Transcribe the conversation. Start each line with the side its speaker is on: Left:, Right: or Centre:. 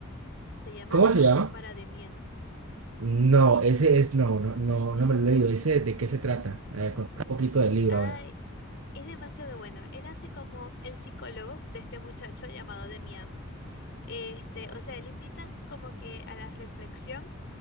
Left: se llama
Right: ¿Cómo
Left: Recuentos
Right: se llama?
Left: para Demián.
Right: No, ese es, no, no, no, no me lo he leído. Ese, ¿de qué se trata? A ver, contá un poquito del libro,
Left: Ay,
Right: a ver.
Left: es demasiado bueno. Él hace como el psicólogo de este muchacho llamado Demián Este, o sea, él invita como que a la reflexión